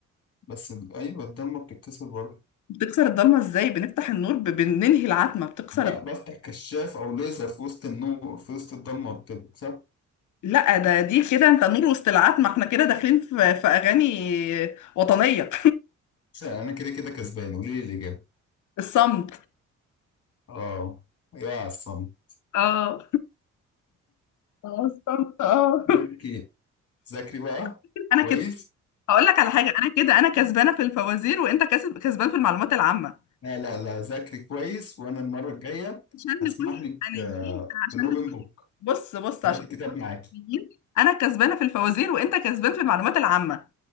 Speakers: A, on the left (about 50°); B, on the left (about 75°).
A: بس ال- ايوه الضلمة بتتكسر برضه
B: بتكسر الضلمة ازاي بنفتح النور ب- بننهي العتمة بتكسر
A: لا
B: الضلمة.
A: بفتح كشاف او ليزر في وسط النور في وسط الضلمة بتكسر
B: لا ده دي كده انت نور وسط العتمة احنا كده داخلين في, في اغاني وطنية
A: بس انا كده كده كسبان قولي لي الاجابة
B: <laughs> الصمت
A: اه يا عصام <laughs>
B: اه اه الصمت اه
A: اوكي ذاكري بقى
B: <laughs> انا
A: كويس
B: كده هقول لك على حاجه انا كده انا كسبانه في الفوازير وانت كسب كسبان في المعلومات العامه
A: لا لا لا ذاكري كويس وانا المره الجايه
B: عشان نكون
A: هسمح لك
B: حقانيين
A: آه،
B: عشان
A: بالاوبن
B: نكون-
A: بوك
B: بص بص
A: هاتي
B: عشان
A: الكتاب
B: نكون
A: معاكي
B: حقانيين انا كسبانه في الفوازير وانت كسبان في المعلومات العامه